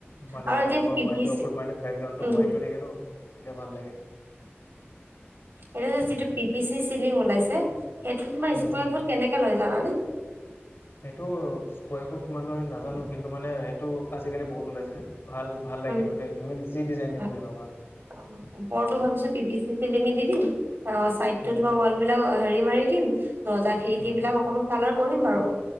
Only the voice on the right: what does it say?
আৰু এতিয়া
পি
পি
চি
উম,
এটো যে যিটো পি পি চি চিলিং ওলাইছে, সেইটো তোমাৰ
স্কাৰ ফুট কেনেকে লয় জানানে?
উম,
ভা-
অ' ওপৰতটো ভাবিছো পি পি চি চিলিঙি দি দিম, অ' চাইদটো
তোমাৰ ৱাল বিলাক হেৰি - মাৰি দিম, দৰ্জা খিৰিকী
বিলাক অকমান কালাৰ কৰিম বাৰু।